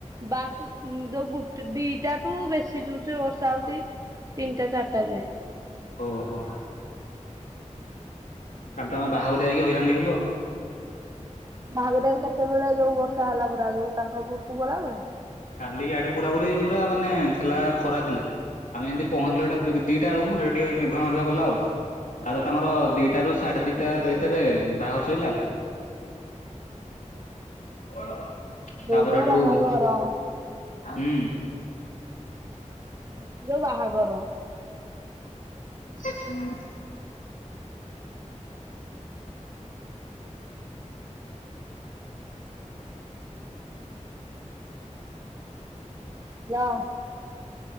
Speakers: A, on the right (about 25°); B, on the left (about 85°).
A: ବା ଉମ୍ ଯୋଉ ଗୋଟେ ଦିଟାଠୁ ବେଶି ଜୋରସେ ବର୍ଷ ବର୍ଷା ହଉଛି, ତିନିଟା ଚାରିଟା ଯାଏଁ।
B: ଓହୋ। କାଲି ତ ଆମେ ବାହାଘରିଆ ଯାଇକି ହଇରାଣ ହେଇଗଲୁ ଆଉ।
A: ବାହାଘରିଆରେ କେତେବେଳେ ଯୋଉ ବର୍ଷା ହେଲା ପୁରା ଯୋଉ ତାଙ୍କ ଘୁରକୁ ଗଲାବେଳେ?
B: କାଲି ଆଡ଼େ ପୁରା ପୁରି ପୁରା ମାନେ ଥିଲା ଖରା ଥିଲା, ଆମେ ଯେମତି ପହଞ୍ଚିଲୁ ଏଟା ବି-ବି ଦିଟା ବେଳକୁ ସେଇଟା ଟିକେ ମେଘୁଆ ମେଘୁଆ କଲା ଆଉ। ଆଉ ତ ତମର ଦିଟ୍ ଦିଟାରୁ ସାଢ଼େଦିଟା ଭିତେରେ ବାହାଘର ସଇଲା <unintelligible>
A: ଯୋଉ
B: ତାପରେ
A: ତ
B: ହେଠୁ
A: ବାହାଘର।
B: ହୁଁ।
A: ତମ ଯୋଉ ବାହାଘର।
B: ହୁଁ।
A: Hello,